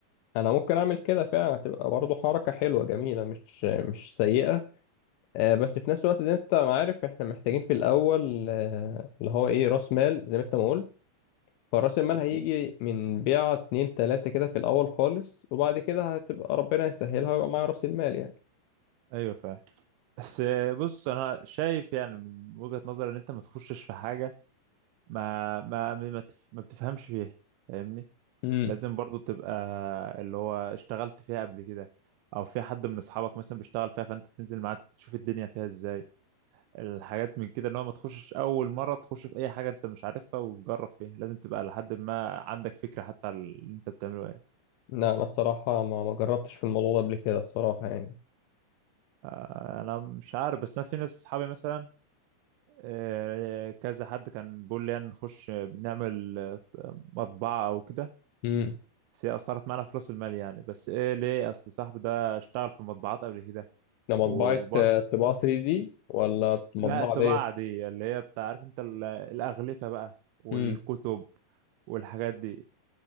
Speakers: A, on the left; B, on the right.
A: انا ممكن اعمل كده فعلا هتبقى برضه حركه حلوه جميله مش مش سيئه آه، بس في نفس الوقت زي ما انت ما عارف احنا محتاجين في الاول آه، اللي هو ايه راس مال زي ما انت ما قلت فراس المال
B: مم.
A: هيجي من بيعه اتنين تلاته كده في الاول خالص وبعد كده هتبقى ربنا يسهلها ويبقى معايا راس المال يعني
B: ايوه فاهم بس بص انا شايف يعني من وجهة نظري ان انت ما تخشش في حاجه ما ما ما تف- ما بتفهمش فيها فاهمني
A: امم
B: لازم برضو تبقى اللي هو اشتغلت فيها قبل كده او في حد من اصحابك مثلا بيشتغل فيها فانت تنزل معاه تشوف الدنيا فيها ازاي الحاجات من كده اللي هو ما تخشش اول مره تخش في اي حاجه انت مش عارفها وتجرب فيها لازم تبقى لحد ما عندك فكره حتى على اللي انت بتعمله ايه
A: لا انا الصراحه ما ما جربتش في الموضوع ده قبل كده الصراحه يعني
B: آه، انا مش عارف بس انا في ناس اصحابي مثلا آه، كذا حد كان بيقول لي يعني نخش بنعمل آه، مطبعه او كده
A: امم
B: بس هي أثرت معانا في رأس المال يعني بس إيه ليه أصل صاحبي ده اشتغل في مطبعات قبل كده
A: ده مطبعه
B: وبرضه
A: آه، طباعه 3D ولا مطبعه
B: لا الطباعة
A: عاديه
B: دي اللي هي بتاع عارف أنت ال- الأغلفة بقى والكتب
A: امم
B: والحاجات دي